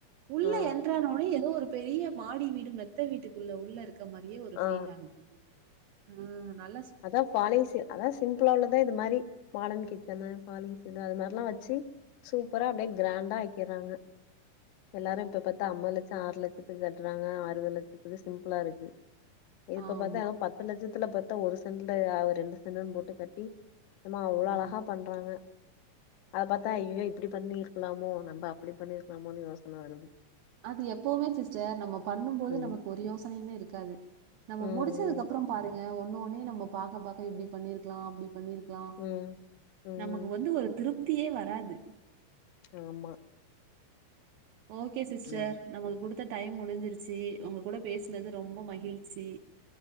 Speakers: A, on the right; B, on the left.
A: உள்ள
B: ஆ ஆ
A: என்ட்றாவுனே ஏதோ ஒரு பெரிய மாடி வீடும் மெத்த வீட்டுக்குள்ள உள்ள இருக்கு ந்த மாரியே ஒரு
B: ஆ
A: பீல் ஆகுது நம அ நல்ல
B: அதான பாலிசி அதா சிம்பிள உள்ளதா இந்த மாரி மாடர்ன் கிச்சன்னு பாலிங் சடு அது மாறி எல்லா வச்சு சூப்பரா அப்டியே கிராண்டா ஆக்கிறாங்க எல்லாரு இப்ப பாத்தா ஐம்பது லட்சம் ஆறு லட்சத்துக்கு கட்டுறாங்க அறுபது லட்சத்துக்கு சிம்பிளா இருக்கு இப்ப
A: ஆமா.
B: பாத்தா அதுவும் பத்து லட்சத்துல பத்து ட்ட ஒரு செண்டல அவ ரெண்டு செண்டுனு போட்டு கட்டி எமா அவ்ளோ
A: ம்.
B: அழகா பண்றாங்க அத பாத்தா ஐய்யயோ இப்டி பண்ணிருக்கலாமோ நம்ம அப்டி பண்ணிருக்கலாமோனு யோசன வருது
A: அது எப்பவுமே சிஸ்டர் நம்ம பண்ணும்போது
B: ம்
A: நமக்கு ஒரு யோசனையுமே இருக்காது நம்ம
B: ம்
A: முடிச்சதுக்குப்புறம் பாருங்க ஒரு பண்ணோன்னயே நம்ம பாக்க பாக்க இப்டி பண்ணிருக்கலா அப்டி பண்ணிருக்கலா
B: ம் ம் ம்
A: நமக்கு வந்து ஒரு திருப் புத்தியே வராது
B: ஆமா
A: ஓகே சிஸ்டர்
B: ம்.
A: நமக்கு குடுத்த டைம் முடிஞ்சிருச்சு உங்க கூட பேசினது ரொம்ப மகிழ்ச்சி